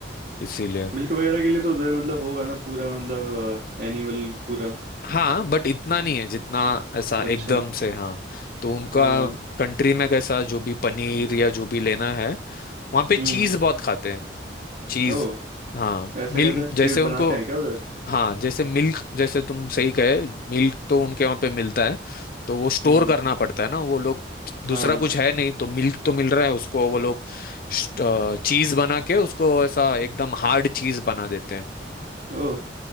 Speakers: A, on the left; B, on the right.
A: इसीलिए
B: मिल्क वगैरह के लिए तो उधर मतलब होगा ना पूरा मतलब एनिमल पूरा
A: हाँ बट इतना नहीं है जितना ऐसा एकदम
B: अच्छा
A: से हाँ तो उनका
B: हाँ
A: कंट्री में कैसा जो भी पनीर या जो भी लेना है वहाँ पे चीज
B: हम्म
A: बहुत खाते हैं चीज
B: ओ
A: हाँ
B: ऐसे
A: मिल
B: कैसे
A: जैसे
B: चीज
A: उनको
B: बनाते हैं क्या उधर
A: हाँ जैसे मिल्क जैसे तुम सही कहे मिल्क तो उनके वहां पे मिलता है तो वो स्टोर
B: हम्म
A: करना पड़ता है ना वो लोग दूसरा
B: हाँ
A: कुछ है नहीं तो मिल्क तो मिल रहा है उसको वो लोग चीज बना के उसको ऐसा एकदम हार्ड चीज बना देते हैं
B: ओ